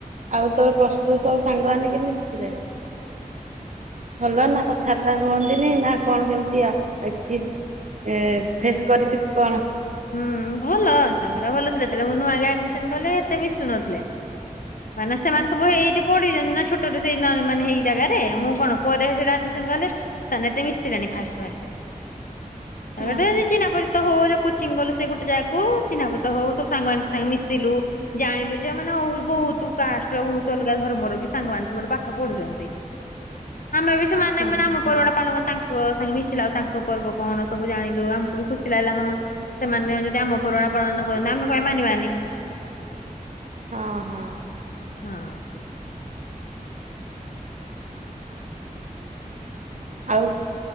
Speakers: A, on the right; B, on the left.
A: ଆଉ ତୋର ପ୍ଲସ୍ ଟୁ ର ସବୁ ସାଙ୍ଗମାନେ କେମିତି ଭଲ ନା କଥାବାର୍ତ୍ତା ହୁଅନ୍ତିନି। ନା କ'ଣ କେମିତି ଆଉ କିଛି ଏ ଫେସ୍ କରିଚୁ କ'ଣ?
B: ହୁଁ ଭଲ ସାଙ୍ଗ ଗୁଡ଼ା ଭଲ ଥିଲେ ଯେତେବେଳେ ମୁଁ ନୂଆ ଯାଇ ଆଡମିସନ କଲି ଏତେ ମିଶୁନଥିଲେ ମାନେ ସେମାନେ ସବୁ ଏଇଠି ପଢ଼ିଛନ୍ତି ନା ଛୋଟରୁ ସେଇ ମାନେ ସେଇ ଜାଗାରେ ମୁଁ କ'ଣ ପରେ। <unintelligible> ତାପରେ
A: ଓହୋ
B: ଗୋଟେ ଚିହ୍ନା ପରିିଚୟ ହଉ ହଉ କୋଚିଙ୍ଗ ଗଲୁ ସେ ଗୋଟେ ଜାଗାକୁ ଚିନା ପର୍ଚ୍ଚତ ହଉ ସବୁ ସାଙ୍ଗ ମାନଙ୍କ ସାଂଗରେ ମିଶିଲୁ ଜାଣିଲୁ ଯେ ମାନେ ବହୁତ କାଷ୍ଟର ବହୁତ ଅଲଗା ଧର୍ମର ବି ସାଙ୍ଗ ମାନ ସବୁ ଏଠି ପାଠ ପଢ଼ୁଛନ୍ତି। ଆମେ ବି ସେମାନେ
A: ହଁ
B: ମାନେ ଆମ
A: ହଁ
B: ପର୍ବ ଟା ପାଳନ କରୁ ତାଙ୍କ ସାଙ୍ଗେ ମିଶିଲା ଆଉ ତାଙ୍କ ପର୍ବ କଣ ସବୁ ଜାଣିଲୁ ଆମକୁ ବି ଖୁସି ଲାଗିଲା ହଁ ସେମାନେ ଯଦି ଆମ ପର୍ବ ପାଳନ କରନ୍ତି ଆମେ କାଇଁ ମାନିବାନି?
A: ହଁ ହଁ।
B: ହଁ। <inaudible>
A: ଆଉ